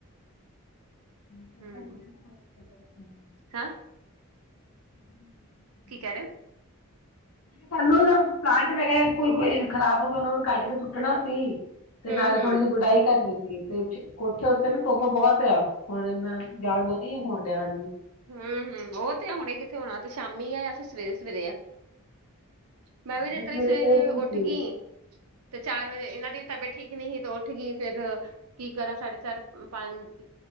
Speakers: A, on the left (about 80°); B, on the right (about 75°).
A: <unintelligible>
B: ਹੂੰ ਹਾਂ
A: <unintelligible>
B: ਕੀ ਕਹਿ ਰਹੇ ਹੋ
A: ਸਾਨੂੰ ਨ ਪਲਾਂਟ ਵਗੈਰਾ ਕੋਈ ਕੋਈ ਖਰਾਬ ਹੋ ਗਿਆ ਉਹਨਾਂ ਨੂੰ ਵੀ ਕੱਢ ਕੇ ਸੁੱਟਣਾ ਸੀ
B: ਹੋ
A: ਤੇ ਨਾਲੇ ਥੋੜੀ
B: ਹੂੰ
A: ਜਿਹੀ
B: ਹੂੰ
A: ਗੁਡਾਈ ਕਰਨੀ ਸੀ ਤੇ ੳਚ ਕੋਠੇ ਉੱਤੇ ਨਾ ਧੁੱਪ ਬਹੁਤ ਆ ਹੁਣ ਮੈਂ ਜਾਣਦਾ ਨੀ ਹੋੁਣ ਡਿਆ ਮੈਨੂੰ
B: ਹਮ ਹਮ ਉਹ ਤੇ ਹੁਣੇ ਕਿੱਥੇ ਹੋਣਾ ਤੇ ਸ਼ਾਮੀ ਆ ਫਿਰ ਸਵੇਰੇ ਸਵੇਰੇ ਆ ਮੈਂ ਵੀ ਤੇ
A: ਬਸ
B: ਇਤਰੀ
A: ਮੇਰੇ
B: ਸਵੇਰੇ
A: ਸੋਚ ਰਹੀ
B: ਉੱਠ
A: ਸੀ
B: ਗਈ ਤੇ ਚਾਰ ਵਜੇ ਇਹਨਾਂ ਦੀ ਵੀ ਤਬੀਅਤ ਠੀਕ ਨਹੀਂ ਸੀ ਤੇ ਉੱਠ ਗਈ ਫੇਰ ਕੀ ਕਰਾਂ ਸਾਢੇ ਚਾਰ ਪੰਜ